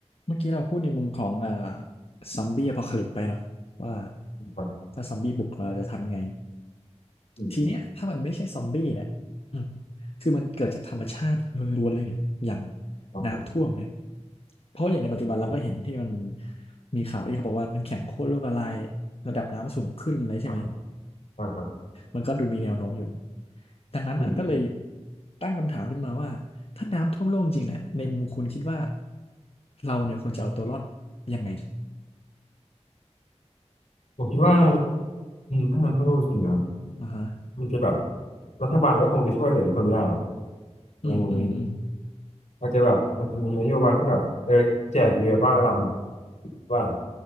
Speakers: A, on the left; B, on the left.
A: เมื่อกี้เราพูดในมุมของอ่าซอมบี้อพอคาลิปไปเนาะว่า
B: ครับ
A: ถ้าซอมบี้บุกเราจะทำยังไง
B: อืมอืม
A: ทีเนี้ยถ้ามันไม่ใช่ซอมบี้เนี่ยอืมคือมันเกิดจากธรรมชาติล้วนๆเลยเนี่ยอย่าง
B: โอเคร
A: น้ำท่วมเนี่ยเพราะอย่างในปัจจุบันเราก็เห็นที่มัน
B: ผม
A: มีข่าวที่เขาบอกว่าน้ำแข็งขั้วโลกละลายระดับน้ำสูงขึ้นเลยใช่ไหม
B: ครับครัครับ
A: มันก็ดูมีแนวโน้มอยู่ดังนั้นอ่ะก็เลย
B: อืม
A: ตั้งคำถามขึ้นมาว่าถ้าน้ำท่วมโลกจริงเนี่ยในมุมคุณคิดว่าเราเนี่ยควรจะเอาตัวรอดยังไง
B: ผมคิดว่าอืมถ้ามันทั่วโลกจริงๆอะ
A: อ่าฮะ
B: มันจะแบบรัฐบาลก็คงจะช่วยเหลือทุกคนไม่ได้หรอกในมุมนี้
A: อืมอืมอืม
B: อาจจะแบบมันจะมีนโยบายที่แบบเออแจกเรือบ้านละลำว่า